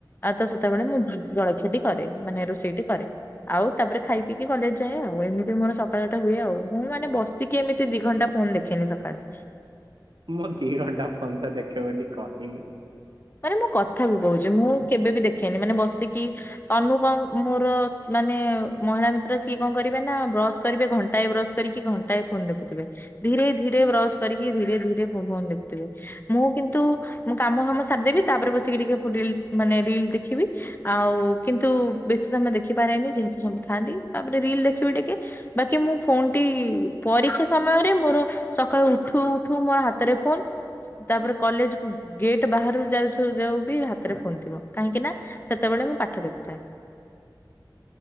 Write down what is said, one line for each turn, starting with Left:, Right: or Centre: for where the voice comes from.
Left: ଆଉ ତ ସେତେବେଳେ ମୁଁ ଜଳଖିଆଟି କରେ, ମାନେ ରୋଷେଇଟି କରେ, ଆଉ ତାପରେ ଖାଇ କି କଲେଜ ଯାଏ ଆଉ, ଏମିତି ମୋର ସକାଳଟା ହୁଏ ଆଉ, ମୁଁ ମାନେ ବସିକି ଏମିତି ଦି ଘଣ୍ଟା ଫୋନ ଦେଖେନି ସକାଳୁ।
Right: ମୁଁ ଦି ଘଣ୍ଟା ଫୋନ ତ ଦେଖେ ବୋଲି କହିନି।
Left: ମାନେ ମୁଁ କଥା କୁ କହୁଛି, ମୁଁ କେବେ ବି ଦେଖେନି, ମାନେ ବସିକି ତନୁ କଣ ମୋର ମାନେ ମହିଳା ମିତ୍ର ସିଏ କଣ କରିବେ ନା ବ୍ରସ୍ କରିବେ ଘଣ୍ଟାଏ ବ୍ରସ୍ କରିକି, ଘଣ୍ଟାଏ ଫୋନ ଦେଖୁଥିବେ। ଧୀରେ ଧୀରେ ବ୍ରଶ କରିକି, ଧୀରେ ଧୀରେ ଫୋନ ଦେଖୁଥିବେ, ମୁଁ କିନ୍ତୁ, ମୁଁ କାମ ଫାମ ସାରିଦେବି, ତାପରେ ବସିକି ଟିକେ ରିଲ୍ ମାନେ ରିଲ ଦେଖିବି। ଆଉ କିନ୍ତୁ ବେଶୀ ସମୟ ଦେଖିପାରେନି, ଯେହେତୁ ସବୁ ଥାଆନ୍ତି ତାପରେ ରିଲ ଦେଖିବି ଟିକେ। ବାକି ମୁଁ ଫୋନ ଟି, ପରୀକ୍ଷା ସମୟରେ ମୋର ସକାଳୁ ଉଠୁ ଉଠୁ ମୋର ହାତରେ ଫୋନ, ତା ପରେ କଲେଜ ଗେଟ୍ ବାହାରୁ ଯାଉଥିବୁ ଯାଉ ବି ହାତରେ ଫୋନ୍ ଥିବ, କାହିଁକି ନା ସେତେବେଳେ ମୁଁ ପାଠ ଦେଖୁଥାଏ।